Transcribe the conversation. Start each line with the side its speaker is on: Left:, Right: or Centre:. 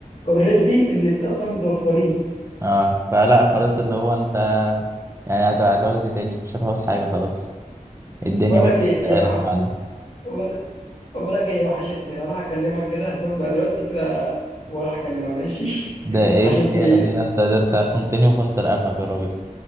Left: اوريدي ان الاثنين اصلا متوفرين
Right: اه فلا خلاص اللي هو انت يعني هت- هتعوز ايه تاني مش هتعوز حاجة خلاص الدنيا
Left: بقول
Right: مترستقالك
Left: لك ايه إيه وح...
Right: يا معلم
Left: بقول بقول لك ايه وحشتني انا هروح اكلمك كده هسيبك بقى دلوقتي كده واروح اكلمها ماشي
Right: ده
Left: <laughs>
Right: ايه
Left: وحشتني
Right: الخيانة
Left: هي
Right: دي ده انت ده انت خنتني وخنت الأرنب يا راجل